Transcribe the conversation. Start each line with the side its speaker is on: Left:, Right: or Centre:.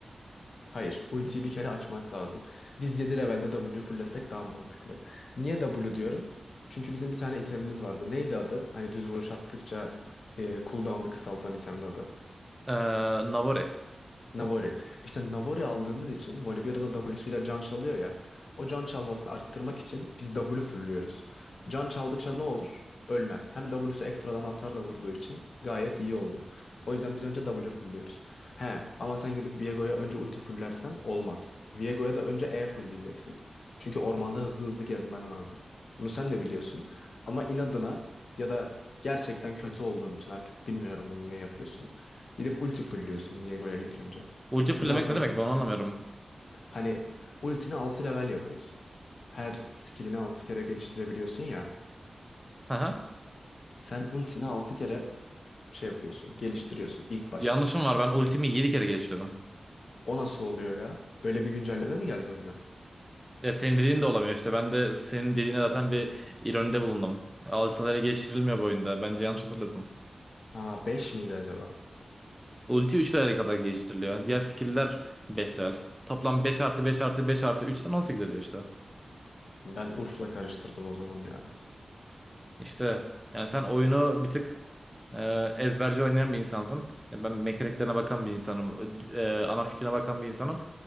Left: Hayır, ultiyi bir kere açmak lazım. Biz 7 levelde W fullesek daha mantıklı. Niye W diyorum? Çünkü bizim bir tane itemimiz vardı. Neydi adı? Hani düz vuruş attıkça e, cooldown'ı kısaltan itemin adı.
Centre: Ee, Navari.
Left: Navori. İşte Navori aldığımız için Volibear'da W'suyla can çalıyor ya. O can çalmasını arttırmak için biz W fullüyoruz. Can çaldıkça ne olur? Ölmez. Hem W'su ekstradan hasar da vurduğu için gayet iyi oluyor. O yüzden biz önce W fullüyoruz. He ama sen gidip Viego'ya önce ulti fullersen olmaz. Viego'ya da önce E fullleyeceksin. Çünkü ormanda hızlı hızlı gezmen lazım. Bunu sen de biliyorsun. Ama inadına ya da gerçekten kötü olduğun için artık bilmiyorum bunu niye yapıyorsun. Gidip ulti fullliyorsun Viego'ya ilk önce.
Centre: Ulti
Left: Seni
Centre: fullemek
Left: anlamıyorum.
Centre: ne demek ben onu anlamıyorum.
Left: Hani ultini 6 level yapıyorsun. Her skillini 6 kere geliştirebiliyorsun ya.
Centre: Haha.
Left: Sen ultini 6 kere şey yapıyorsun, geliştiriyorsun ilk başta.
Centre: Yanlışım var ben ultimi 7 kere geliştiriyorum.
Left: O nasıl oluyor ya? Öyle bir güncelleme mi geldi oyuna?
Centre: Ya senin dediğin de olamıyor işte ben de senin dediğine zaten bir ironide bulundum. 6 level geliştirilmiyor bu oyunda bence yanlış hatırlıyorsun.
Left: Aa 5 miydi acaba?
Centre: Ulti 3 level'e kadar geliştiriliyor. Diğer skill'ler 5 level. Toplam 5 artı 5 artı 5 artı üçten 18 ediyor işte.
Left: Ben Urf'la karıştırdım o zaman ya.
Centre: İşte yani sen oyunu bir tık e, ezberci oynayan bir insansın. E, Ben mekaniklerine bakan bir insanım. E, ana fikrine bakan bir insanım